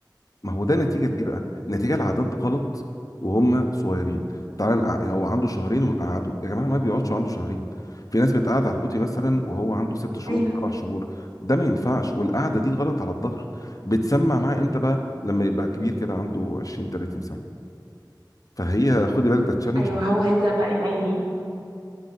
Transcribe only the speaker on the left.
ما هو ده نتيجه لايه بقى نتيجه لعادات غلط وهم صغيرين تعال نقع- هو عنده شهرين ونقعده يا جماعه ما بيقعدش عنده شهرين في ناس بتقعد على البوتي مثلا وهو عنده ست شهور
وسبع شهور ده ما ينفعش والقعده دي غلط على الظهر بتسمع معاه امتى بقى لما يبقى كبير كده عنده 20 30 سنه فهي خدي بالك ده تشالنج
رهيب